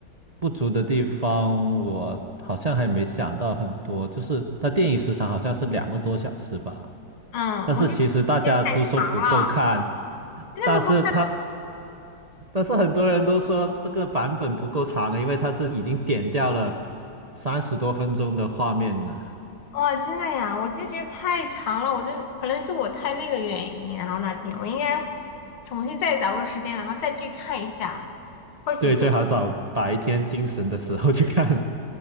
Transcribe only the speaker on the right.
不足的地方，我好像还没想到很多，就是它电影时长好像是两个多小时吧，
但是其实大家都说不够看。
但是它但是很多人都说这个版本不够长了，因为它是已经剪掉了三十多分钟的画面了。
对，最好找白天精神的时候去看。